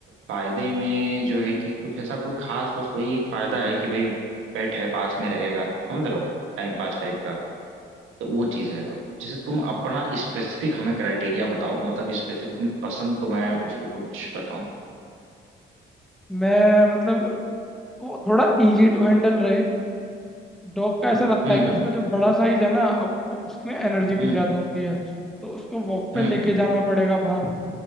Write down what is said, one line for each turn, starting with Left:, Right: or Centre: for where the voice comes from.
Right: फायदे में जो है कि कुछ ऐसा कोई खास बस वही एक फायदा है कि भाई पेट है पास में रहेगा समझ रहे हो टाइम पास टाइप का तो वो चीज है अब जैसे तुम अपना स्पेसिफिक हमें क्राइटेरिया बताओ मतलब स्पेसिफिक अपनी पसंद तो मैं उस पर कुछ बताऊं
Centre: मैं मतलब वो थोड़ा इजी टू हैंडल रहे डॉग का ऐसा लगता
Right: हम्म
Centre: है कि
Right: हम्म
Centre: उसका जो बड़ा साइज है ना अब वो उसमें एनर्जी भी
Right: हम्म
Centre: ज़्यादा
Right: हम्म
Centre: होती है तो उसको वॉक पे
Right: हम्म
Centre: लेके
Right: हम्म,
Centre: जाना पड़ेगा बाहर